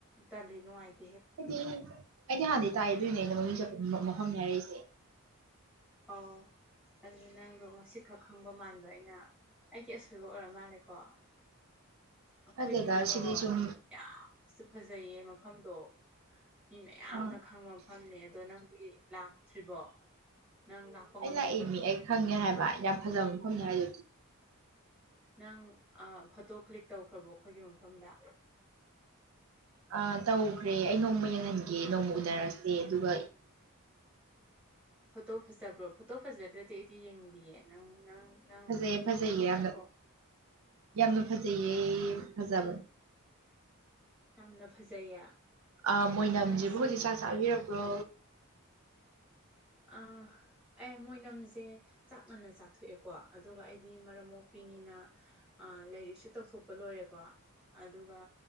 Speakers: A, in the centre; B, on the right.
A: ꯇꯜꯂꯤ ꯅꯨꯡꯉꯥꯏꯇ
B: ꯑꯩꯗꯤ ꯑꯩꯗꯤ ꯍꯥꯟꯅꯗꯤ ꯇꯥꯏ ꯗꯨꯏꯅꯦ ꯑꯩꯅ ꯃꯃꯤꯡ ꯆꯠꯄ ꯃꯐꯝꯅꯦ ꯍꯥꯏꯔꯛꯏꯁꯦ
A: ꯑꯣ ꯑꯗꯨꯅꯤ ꯅꯪꯗꯣ ꯉꯁꯤꯈꯛ ꯈꯪꯕ ꯃꯥꯟꯕ ꯑꯩꯅ ꯑꯩꯒꯤ ꯑꯁꯣꯏꯕ ꯑꯣꯏꯔ ꯃꯥꯜꯂꯦꯀꯣ ꯑꯩꯈꯣꯏꯒꯤꯗꯤꯀꯣ
B: ꯅꯠꯇꯦꯗ ꯁꯤꯗꯤ ꯁꯨꯝ
A: ꯌꯥꯝꯁꯨ ꯐꯖꯩꯌꯦ ꯃꯐꯝꯗꯣ ꯃꯤ ꯃꯌꯥꯝꯅ
B: ꯑꯥ
A: ꯈꯪꯕ ꯃꯐꯝꯅꯦ ꯑꯗꯣ ꯅꯪꯗꯤ ꯂꯥꯛꯇ꯭ꯔꯤꯕꯣ ꯅꯪ
B: ꯑꯩ
A: ꯉꯝꯖꯗꯕ꯭ꯔꯣ
B: ꯂꯥꯛꯏ ꯃꯤ ꯑꯩ ꯈꯪꯉꯦ ꯍꯥꯏꯕ ꯌꯥꯝ ꯐꯖꯕ ꯃꯐꯝꯅꯦ ꯍꯥꯏꯗꯨꯗꯤ
A: ꯅꯪ ꯐꯣꯇꯣ ꯀ꯭ꯂꯤꯛ ꯇꯧꯈ꯭ꯔꯕꯣ ꯑꯩꯈꯣꯏꯒꯤ ꯃꯐꯝꯗ
B: ꯑ ꯇꯧꯈ꯭ꯔꯦ ꯑꯩ ꯅꯣꯡꯃ ꯌꯦꯡꯍꯟꯒꯦ ꯅꯣꯡꯃ ꯎꯅꯔꯁꯦ ꯑꯗꯨꯒ
A: ꯐꯣꯇꯣ ꯐꯖꯕ꯭ꯔꯣ ꯐꯣꯇꯣ ꯐꯖꯗ꯭ꯔꯗꯤ ꯑꯩꯗꯤ ꯌꯦꯡꯗꯌꯦ ꯅꯪ ꯅꯪ ꯅꯪ
B: ꯐꯖꯩꯌꯦ ꯐꯖꯩꯌꯦ
A: ꯅꯪ ꯈꯪꯉꯣꯀꯣ
B: ꯌꯥꯝꯅ ꯌꯥꯝꯅ ꯐꯖꯩꯌꯦ ꯐꯖꯕ
A: ꯌꯥꯝꯅ ꯐꯖꯩꯌꯦ
B: ꯑ ꯃꯣꯏꯅꯝꯁꯤꯕꯨ
A: ꯅꯪꯁꯦ
B: ꯍꯧꯖꯤꯛ ꯆꯕꯤꯔꯕ꯭ꯔꯣ
A: ꯑꯥ ꯑꯦ ꯃꯣꯏꯅꯝꯁꯦ ꯆꯥꯛ ꯃꯥꯟꯟꯅ ꯆꯥꯊꯣꯛꯑꯦꯀꯣ ꯑꯗꯨꯒ ꯑꯩꯗꯤ ꯃꯔꯝ ꯃꯣꯛꯄꯤꯅꯤꯅ ꯂꯥꯏꯔꯤꯛꯁꯨ ꯇꯧꯊꯣꯛꯄ ꯂꯣꯏꯔꯦꯀꯣ ꯑꯗꯨꯒ